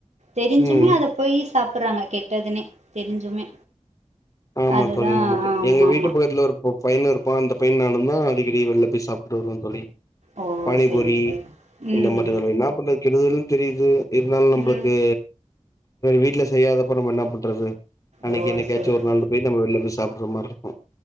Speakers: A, on the right; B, on the left.
A: தெரிஞ்சுமே
B: ம்
A: அத போயி சாப் சாப்புறாங்க கெட்டதுன்னே தெரிஞ்சுமே
B: ஆமா
A: அதுதா
B: தோழி ஆமா தோழி எங்க வீட்டு
A: ஆமா
B: பக்கத்துல ஒரு பையனு இருப்பா அந்த பையன் நானுதா அடிக்கடி வெள்ல போய் சாப்ட்டு வருவோ தோழி
A: ஓ
B: பானிபூரி
A: செரி செரி ம்ஹும்
B: இந்த மாதிரி இதல்ல இன்னா பண்றது கெடுதலு தெரிது இருந்தாலு நம்புளுக்கு
A: ம்
B: வீட்ல செய்யாதப்ப நம்ம என்னா பண்றது அன்னிக்கு
A: ஓ
B: என்னக்காய்ச்சு
A: செரி
B: ஒரு நாள் போய் நம்ம வெள்ல போய் சாப்புடுற மாரி இருக்கோ